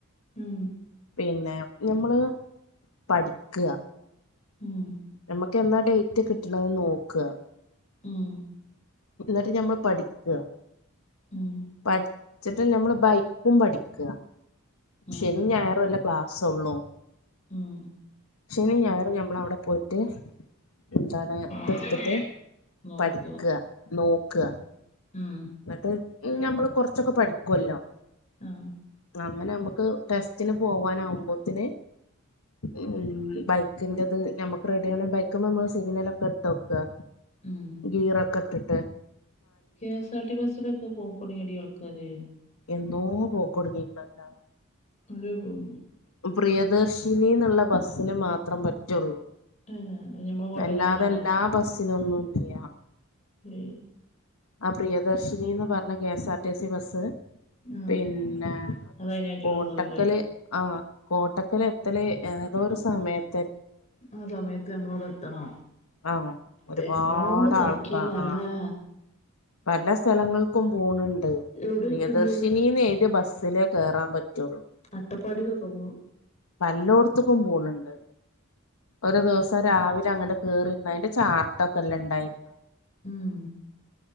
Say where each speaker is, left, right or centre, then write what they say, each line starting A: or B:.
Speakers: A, on the left; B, on the left.
A: ഉം
B: പിന്നെ ഞമ്മള് പഠിക്ക
A: ഉം
B: ഞമ്മക്കെന്നാ ഡേറ്റ് കിട്ടണെന്ന് നോക്ക
A: ഉം
B: ന്നട്ട് ഞമ്മള് പഠിക്ക.
A: ഉം
B: പഠിച്ചിട്ട് ഞമ്മള് ബൈക്കും പഠിക്ക.
A: ഉം
B: ശെനിം ഞായറും അല്ലേ ക്ലാസ്സൊള്ളു.
A: ഉം
B: ശനി ഞായറും ഞമ്മളവിടെ പോയിട്ട് എന്താണ്
A: നോക്ക
B: ഇതട്ത്തിട്ട്
A: നോക്ക
B: പഠിക്ക നോക്ക.
A: ഉം ഉം
B: ന്നട്ട് ഞമ്മള് കൊറച്ചൊക്കെ പഠിക്കല്ലോ.
A: ആഹ്
B: അങ്ങനെ നമ്മക്ക് ടെസ്റ്റിന് പോവാനാവ്മ്പോത്തിന് ഉം ബൈക്കിന്റത് നമ്മക്ക് റെഡി ആണെ ബൈക്ക്മ്മേ നമ്മള് സിഗ്നലൊക്കെ ട്ടോക്കാ
A: ഉം
B: ഗീറൊക്കെ ഇട്ട്ട്ട്.
A: കെ എസ് ആർ ടി ബസ്സിലൊക്കെ പൊക്കൊട്ങ്ങടി ആൾക്കാര്
B: എന്നോ പോക്ക് ഒട്ങ്ങീക്ണല്ലോ
A: അയിൽ പോവും
B: പ്രിയദർശിനിന്ന്ള്ള ബസ്സിന് മാത്രം പറ്റുള്ളൂ
A: ഏഹ് ഞമ്മളെ കോട്ടക്കലൊക്കെ
B: വല്ലാതെ
A: ഉണ്ടോ
B: എല്ലാ ബസിൽ ഒന്നുല്ല
A: ഏ
B: ആ പ്രിയദർശിനിന്ന് പറഞ്ഞ K S R T C bus
A: ആഹ്
B: പിന്നെ
A: അതയിനായിട്ടുള്ളതാവൂലേ
B: കോട്ടക്കൽ ആഹ് കോട്ടക്കൽ എത്തൽ ഏതോരു സമയത്ത്
A: ആ സമയത്ത് നമ്മൾ അവിടെ എത്തണോ
B: ആഹ് ഒരുപാട്
A: തെരക്കോണ്ട് തെരക്കേക്കാരല്ലേ
B: ആൾക്കാ ആഹ് പല സ്ഥലങ്ങൾക്കും പോണുണ്ട്
A: എവിടെ
B: പ്രിയദർശിനീന്ന്
A: എത്തണ്ട്
B: എഴുതിയ ബസ്സില് കേറാൻ പറ്റൊള്ളൂ
A: അട്ടപ്പാടിക്കൊക്കെ പോവോ
B: പല്ലോട്ത്ത്ക്കും പോണ്ണ്ട് ഒരു ദിവസം രാവിലെ അങ്ങട് ക്കേറി അയിന്റെ ചാർട്ടൊക്കെല്ലാം ഉണ്ടായിര്
A: ഉം